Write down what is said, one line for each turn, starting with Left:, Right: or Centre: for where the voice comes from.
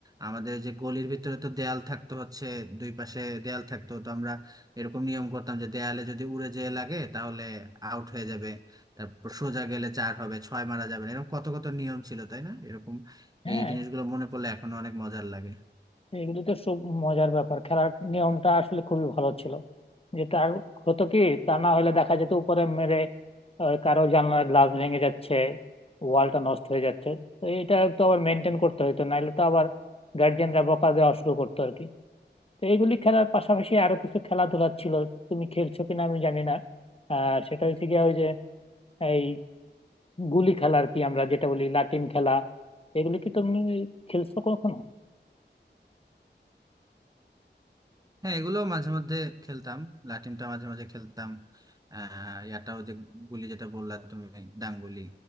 Right: আমাদের যে গলির ভিতরে তো দেয়াল থাকতো হচ্ছে দুই পাশে দেয়াল থাকতো তো আমরা এরকম নিয়ম করতাম যে দেয়ালে যদি উড়ে যেয়ে লাগে তাহলে আউট হয়ে যাবে তারপর সোজা গেলে চার হবে ছয় মারা যাবে না। এরকম কত কত নিয়ম ছিল তাই না এরকম
Left: হ্যাঁ
Right: এই জিনিসগুলো মনে পড়লে এখনো অনেক মজার লাগে
Left: এগুলো তো সব মজার ব্যাপার খেলার নিয়মটা আসলে খুবই ভালো ছিল যে তার হতো কি তা না হলে দেখা যেত উপরে মেরে আহ, কারো জানলার গ্লাস ভেঙে যাচ্ছে ওয়ালটা নষ্ট হয়ে যাচ্ছে তো এটা তো আবার মেনটেন করতে হতো নাহলে তো আবার গার্জিয়ানরা বকা দেওয়া শুরু করতো আর কি তো এইগুলি খেলার পাশাপাশি আরো কিছু খেলাধুলা ছিল তুমি খেলছো কিনা আমি জানি না আর সেটা হচ্ছে গিয়া ওই যে এই গুলি খেলা আর কি আমরা যেটা বলি লাটিম খেলা এগুলি কি তুমি খেলছো কখনো
Right: হ্যাঁ এগুলো মাঝে মধ্যে খেলতাম লাটিমটা মাঝে মাঝে খেলতাম আহ ইয়াটাও যে গুলি যেটা বললা তুমি ডাংগুলি